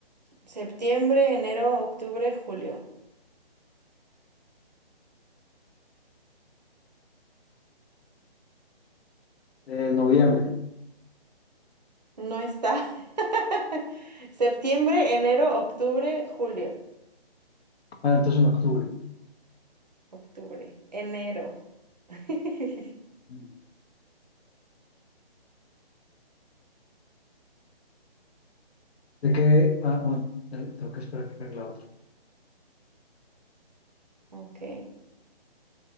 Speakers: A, on the right; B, on the left.
A: Septiembre, enero, octubre, julio.
B: Eh, noviembre.
A: No está. <laughs> Septiembre, enero, octubre, julio.
B: Ah, entonces en octubre.
A: Octubre, enero. <laughs>
B: Mm. de que, ah, un- eh, tengo que esperar que cargue la otra,
A: Ok.